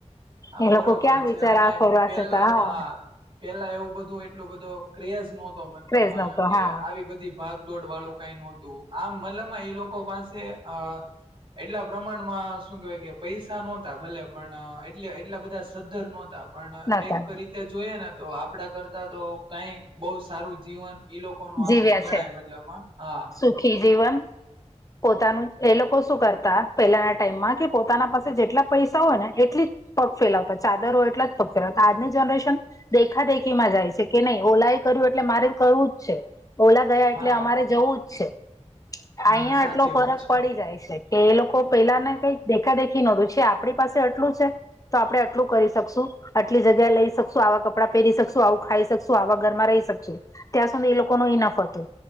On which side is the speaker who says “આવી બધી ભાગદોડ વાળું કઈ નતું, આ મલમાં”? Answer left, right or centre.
Right